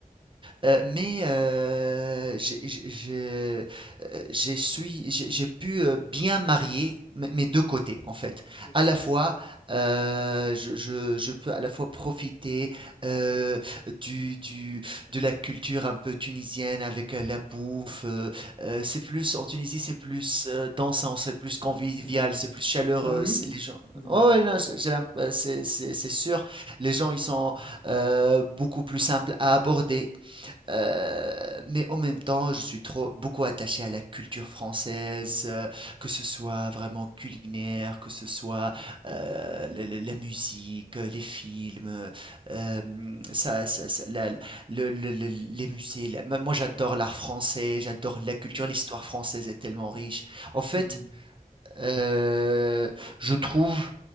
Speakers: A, on the right; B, on the left.
A: Heu, mais heu, j'ai j'ai je, heu, j'ai suis j'ai j'ai pu, heu, bien marier mes mes 2 côtés, en fait.
B: Hmm.
A: À la fois, heu, je je je peux à la fois profiter, heu, du du de la culture un peu tunisienne avec, heu, la bouffe, heu heu, c'est plus en Tunisie, c'est plus, heu, dansant, c'est plus convivial,
B: Hmm.
A: c'est plus chaleureux,
B: Ah oui?
A: c'est les gens
B: Hmm.
A: ouais, ouais, non, j'ai j'ai l'imp heu, c'est c'est c'est sûr, les gens, ils sont, heu, beaucoup plus simples à aborder. Heu, mais en même temps, je suis trop beaucoup attaché à la culture française, heu, que ce soit vraiment culinaire, que ce soit, heu, le le la musique, heu, les films, heu, hem, ça ça ça la le le le les musées, la moi j'adore l'art français, j'adore la culture, l'histoire française est tellement
B: Hmm.
A: riche. En fait,
B: Hmm.
A: heu, je trouve